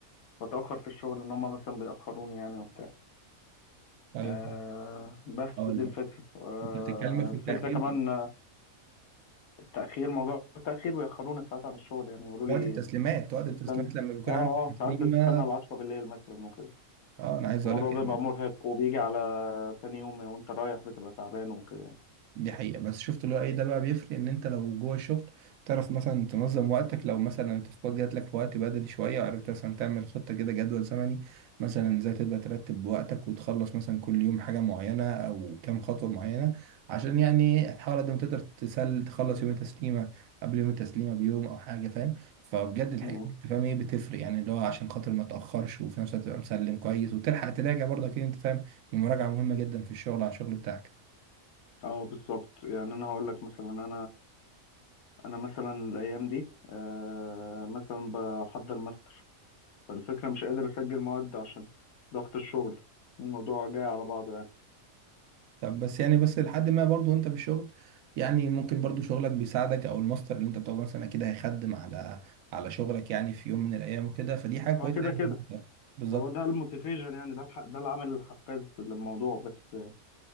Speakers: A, on the left; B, on the right.
A: بتاخر في الشغل ان هم مثلا بيأخروني يعني وبتاع
B: ايوه
A: أه بس
B: اه
A: دي
B: لا
A: الفكره أه
B: انت بتتكلم في
A: الفكره
B: التاخير
A: كمان آه، التأخير موضوع التأخير بيأخروني ساعات عن الشغل يعني يقولوا
B: وقت
A: لي
B: التسليمات وقت التسليمات
A: استنى
B: لما بيكون
A: اه
B: عندك
A: اه
B: تسليمه
A: ساعات بستنى ال 10 بالليل مثلا وكده
B: اه انا عايز
A: الموضوع
B: اقول لك
A: بيبقى
B: يعني
A: مرهق وبيجي على تاني يوم وانت رايح بتبقى تعبان وكده يعني
B: دي حقيقة بس شفت اللي هو ايه ده بقى بيفرق ان انت لو جوه الشغل تعرف مثلا تنظم وقتك لو مثلا التاسكات جات لك في وقت بدري شوية عرفت مثلا تعمل خطة كده جدول زمني مثلا ازاي تبقى ترتب وقتك وتخلص مثلا كل يوم حاجة معينة او كام خطوة معينة عشان يعني تحاول قد ما تقدر تسل تخلص يوم التسليمة قبل يوم التسليمة بيوم او حاجة فاهم فبجد الحاجات
A: أمم.
B: دي انت فاهم ايه بتفرق يعني اللي هو عشان خاطر ما تأخرش وفي نفس الوقت تبقى مسلم كويس وتلحق تراجع برضه اكيد انت فاهم المراجعة مهمة جدا في الشغل على الشغل بتاعك
A: اه بالظبط يعني انا هقول لك مثلا انا انا مثلا الايام دي آه، مثلا بحضر ماستر فالفكره مش قادر اسجل مواد عشان ضغط الشغل الموضوع جاي على بعضه يعني
B: طب بس يعني بس لحد ما برضو انت في الشغل يعني ممكن برضو شغلك بيساعدك او الماستر اللي انت بتاخده مثلا اكيد هيخدم على على شغلك يعني في يوم من الايام وكده فدي حاجه كويسه
A: هو كده
B: يعني
A: كده
B: بالظبط
A: هو ده الموتيفيشن يعني ده الح- ده العامل الحفاز للموضوع بس آه،